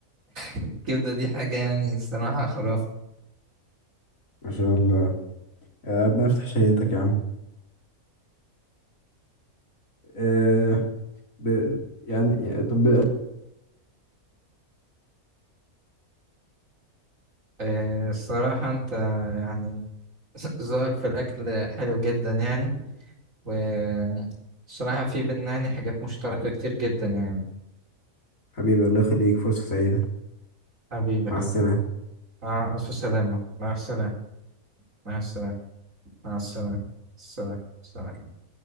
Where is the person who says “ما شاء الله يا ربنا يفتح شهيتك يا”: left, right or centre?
Left